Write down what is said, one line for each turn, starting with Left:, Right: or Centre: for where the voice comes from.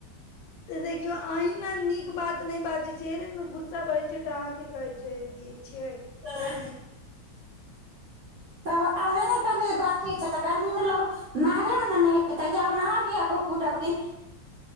Left: तऽ देखियौ अहीं न नीक बात नहि बाजै छियै एहिले न गुस्सा बढ़ै छै तऽ अहाँके कहै छियै दि छियै
Right: <unintelligible> तऽ अहीँ ने करलियै गर्मी छै तऽ गर्मीमे लोक नहरेमे ने नहेतै जाब नहा लिय ग डबरी